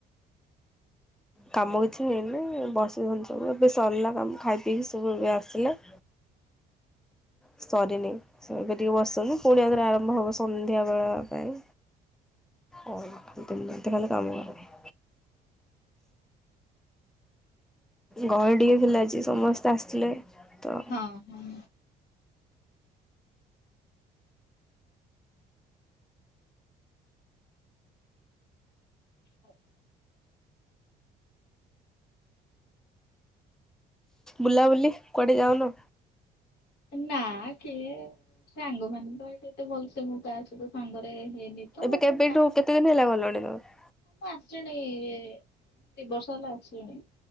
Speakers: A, in the centre; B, on the left.
A: କାମ କିଛି ହେଇନି ବସିଛନ୍ତି ସବୁ ଏବେ ସରିଲା କାମ ଖାଇ ପିଇକି ସବୁ ଏବେ ଆସିଲେ। ସରିନି ସେବେ ଟିକେ ବସିଛନ୍ତି ପୁଣି ଆଉଥରେ ଆରମ୍ଭ ହବ ସନ୍ଧ୍ୟା ବେଳ ପାଇଁ। ଓ ଦିନରାତି ଖାଲି କାମ କର। ଗହଳି ଟିକେ ଥିଲା ଆଜି ସମସ୍ତେ ଆସିଥିଲେ। ତ
B: ହଁ ହଁ। ହଉ
A: ବୁଲାବୁଲି କୁଆଡ଼େ ଯାଉନ?
B: ନା କିଏ ସାଙ୍ଗ ମାନେ ତ ଏତେ ଭଲସେ ମୋ ଵ୍ୟାଚ୍ ସାଙ୍ଗରେ ହେଇନି ତ
A: ଏବେ କେବେଠୁ
B: ନା।
A: କେତେ ଦିନ ହେଲା ଗଲଣି ତମେ?
B: ମୁଁ ଆସିଲଣି ଏ ଦି ବର୍ଷ ହେଲା ଆସିଲିଣି।